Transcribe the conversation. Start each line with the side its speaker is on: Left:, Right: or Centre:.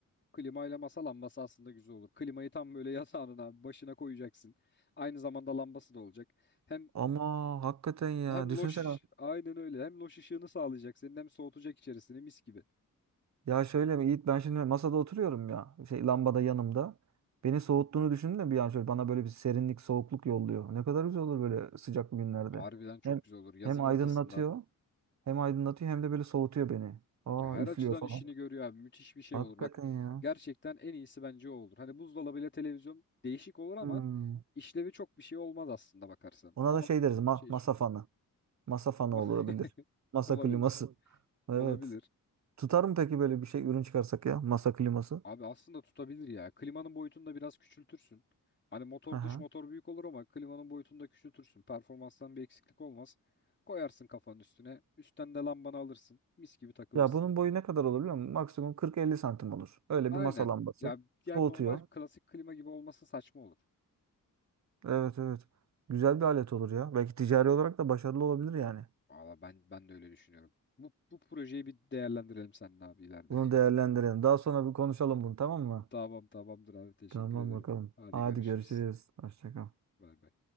Left: Klimayla masa lambası aslında güzel olur. Klimayı tam böyle <laughs> yatağının abi başına koyacaksın. Aynı zamanda lambası da olacak. Hem
Right: Ama hakikaten ya.
Left: hem
Right: Düşünsene.
Left: loş aynen öyle. Hem loş ışığını sağlayacak senin hem soğutacak içerisini mis gibi.
Right: Ya şöyle mi Yiğit ben şimdi masada oturuyorum ya şey lambada yanımda. Beni soğuttuğunu düşündüm de bir an şöyle bana böyle bir serinlik soğukluk yolluyor. Ne kadar güzel olur böyle sıcak günlerde.
Left: Harbiden çok
Right: Hem
Left: güzel olur. Yazın
Right: hem
Left: ortasında.
Right: aydınlatıyor hem aydınlatıyor hem de böyle soğutuyor beni. Aa
Left: Ya her
Right: üflüyor
Left: açıdan
Right: falan.
Left: işini görüyor abi. Müthiş bir şey
Right: Hakikaten
Left: olur. Bak
Right: ya.
Left: gerçekten en iyisi bence o olur. Hani buzdolabıyla televizyon değişik olur ama
Right: Hmm.
Left: işlevi çok bir şey olmaz aslında bakarsan.
Right: Ona
Left: Ama
Right: da şey deriz ma
Left: şey
Right: masa
Left: çok güzel.
Right: fanı. Masa fanı
Left: <laughs>
Right: olabilir. Masa
Left: Olabilir.
Right: kliması. Evet.
Left: Olabilir.
Right: Tutar mı peki böyle bir şey ürün çıkarsak ya masa kliması?
Left: Abi aslında tutabilir ya. Klimanın boyutunu da biraz küçültürsün. Hani motor
Right: Aha.
Left: dış motor büyük olur ama klimanın boyutunu da küçültürsün. Performanstan bir eksiklik olmaz. Koyarsın kafanın üstüne. Üstten de lambanı alırsın. Mis gibi takılırsın.
Right: Ya bunun boyu ne kadar olur biliyor musun? Maksimum 40-50 santim olur. Öyle
Left: Aynen.
Right: bir masa lambası.
Left: Ya diğer
Right: Soğutuyor.
Left: normal klasik klima gibi olması saçma olur.
Right: Evet evet. Güzel bir alet olur ya. Belki ticari olarak da başarılı olabilir yani.
Left: Valla ben ben de öyle düşünüyorum. Bu bu projeyi bir değerlendirelim seninle abi ileride.
Right: Bunu değerlendirelim. Daha sonra bir konuşalım bunu tamam mı?
Left: <laughs> Tamam tamamdır abi teşekkür
Right: Tamam
Left: ederim.
Right: bakalım.
Left: Hadi
Right: Hadi
Left: görüşürüz.
Right: görüşürüz. Hoşça kal.
Left: Bay bay.